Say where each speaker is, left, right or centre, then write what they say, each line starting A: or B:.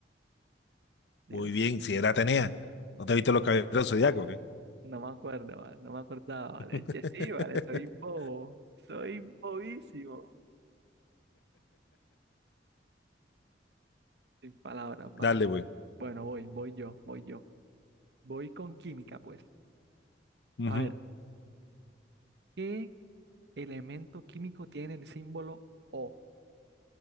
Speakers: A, on the right; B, on the left.
A: Dios
B: Muy bien,
A: santo,
B: si era Atenea. ¿No te viste los caballeros del zodiaco? o qué?
A: no me acuerdo, vale, no me acordaba,
B: <laughs>
A: vale. Che, sí, vale, soy bobo, soy bobísimo, sin palabras, vale.
B: Dale, güey.
A: Bueno, voy, voy yo, voy yo. Voy con química, pues.
B: Ujú.
A: A ver,
B: <laughs>
A: ¿qué elemento químico tiene el símbolo O?